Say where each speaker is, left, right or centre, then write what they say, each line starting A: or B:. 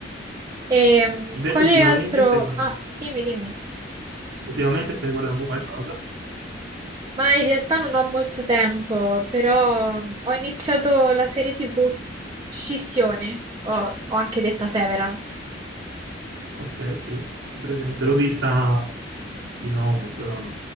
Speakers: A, on the right; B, on the right.
A: E mm,
B: Invece
A: quale
B: ultimamente
A: altro...
B: stai guardando,
A: Ah, dimmi, dimmi.
B: ultimamente stai guardando qualcosa?
A: Ma in realtà non ho molto tempo, però mhmm, ho iniziato la serie TV S- Scissione, o, o anche detta Severance.
B: Ok, sì, ho presente. L'ho vista in home, però